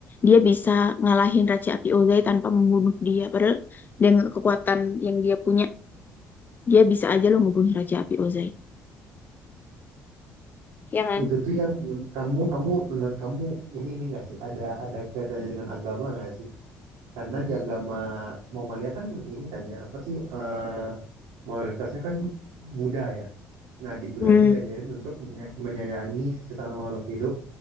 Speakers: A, on the left; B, on the right.
A: dia bisa ngalahin Raja Api Ozai tanpa membunuh dia. Padahal dengan kekuatan yang dia punya, dia bisa aja loh ngebunuh Raja Api Ozai. Ya kan?
B: Itu tuh yang men- kamu kamu menurut kamu ini ini nggak sih ada ada kaitannya dengan agama nggak sih? Karena di agama Mongolia kan ini kan ya apa sih eh mayoritasnya kan Buddha ya. Nah di Buddha
A: Hmm.
B: itu diajarin untuk menya- menyayangi sesama makhluk hidup